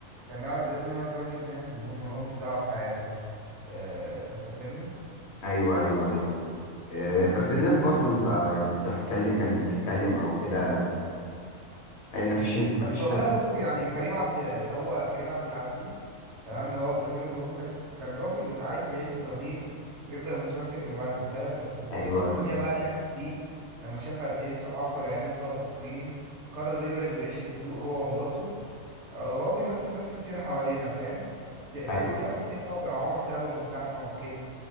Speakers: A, on the right; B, on the left.
A: كان لا- لازم يقعد يواجه الناس ان هم ملهمش دعوة بحياته آه، انت فاهمني
B: أيوه أيوه أيوه آه،
A: مم.
B: بس الناس برضو أنت يعني بتتكلم كانت بتتكلم أو كده آه، مفيش مفيش
A: بس والله
B: حد
A: بص يعني كريم عبد اللي هو كريم عبد العزيز تمام اللي هو ابراهيم الروبي ده ك- كان راجل عايز يعيش بضمير ويفضل متمسك بمبادئه فاهم بس الد-
B: أيوه
A: الدنيا بقى لعبت بيه لما شاف قد ايه الصحافه والاعلام بقى مقصرين قرر يبعد ويعيش في هدوء هو ومراته هو بيمثل ناس كتير حوالينا فاهم يعني
B: أيوه
A: في ناس كتير قوي يا عمر تعبوا من الزحمه والكد